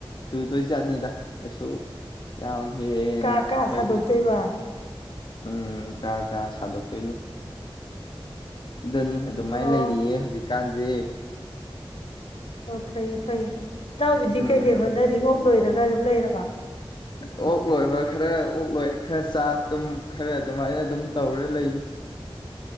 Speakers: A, on the left; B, on the left.
A: ꯊꯨꯗꯣꯏ ꯖꯥꯠꯅꯤꯗ ꯀꯩꯁꯨ ꯌꯥꯝ ꯍꯦꯟꯅ
B: ꯀꯥ ꯀꯥ
A: ꯑꯈꯣꯏꯒꯤ
B: ꯁꯥꯗꯣꯛꯇꯣꯏꯕ
A: ꯎꯝ ꯀꯥ ꯀꯥ ꯁꯥꯗꯣꯛ ꯇꯣꯏꯅꯤ ꯑꯗꯨꯅꯤ ꯑꯗꯨꯃꯥꯏꯅ
B: ꯑꯣ
A: ꯂꯩꯔꯤꯌꯦ ꯍꯧꯖꯤꯛꯀꯥꯟꯁꯦ
B: ꯑꯣ ꯐꯩꯌꯦ ꯐꯩꯌꯦ ꯏꯇꯥꯎꯕꯤꯗꯤ
A: ꯎꯝ
B: ꯀꯩ ꯀꯩ ꯍꯣꯠꯅꯔꯤ ꯑꯣꯛ ꯂꯣꯏꯔꯒ ꯑꯗꯨꯝ ꯂꯩꯔꯕ
A: ꯑꯣꯛ ꯂꯣꯏꯕ ꯈꯔ ꯑꯣꯛ ꯂꯣꯏ ꯈꯥꯔ ꯆꯥ ꯇꯨꯝ ꯈꯥꯔ ꯑꯗꯨꯃꯥꯏꯅ ꯑꯗꯨꯝ ꯇꯧꯔ ꯂꯩꯔꯤ